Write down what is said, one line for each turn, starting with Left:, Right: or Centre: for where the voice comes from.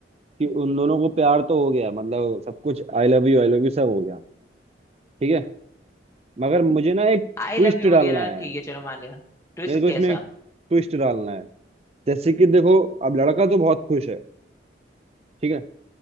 Right: कि उन दोनों को प्यार तो हो गया मतलब सब कुछ I love you I love you सब हो गया ठीक है मगर मुझे ना एक
Left: आई
Right: ट्विस्ट
Left: लव यू
Right: डालना
Left: वगैरह
Right: है
Left: ठीक है चलो मान लिया ट्विस्ट
Right: मेरे को
Left: कैसा
Right: इसमें एक ट्विस्ट डालना है जैसे कि देखो अब लड़का तो बहुत खुश है ठीक है